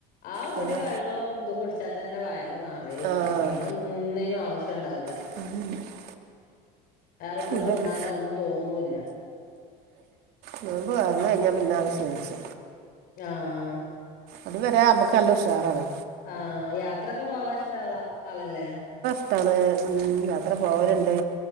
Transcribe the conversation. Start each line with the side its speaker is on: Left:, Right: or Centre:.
Left: ആ
Right: പിന്നെ
Left: ഒരു വെള്ളം ഇത് കുടി- ച്ചാ തന്ന വയറ് നറയുട്ടാ
Right: ആഹ്
Left: പിന്നൊന്നിനും ആവശ്യംണ്ടാവൂല്ലാ.
Right: <inaudible>
Left: വേറൊന്നും
Right: ഇതൊക്കെ
Left: തിന്നാനോ ഒന്നും തോന്നൂല്ല.
Right: നോമ്പ് തൊർന്ന് കഴിഞ്ഞാ പിന്നാകൊ ക്ഷീണിച്ച്.
Left: ആഹ്
Right: അത് വരെ നമ്മുക്കല്ല ഉഷാറാണ്.
Left: ആഹ് യാത്രൊക്കെ പോവാൻ ഇഷ്ടള്ള ആളല്ലേ?
Right: ഷ്ട്ടാണ് ഉം യാത്ര പോവല്ണ്ട്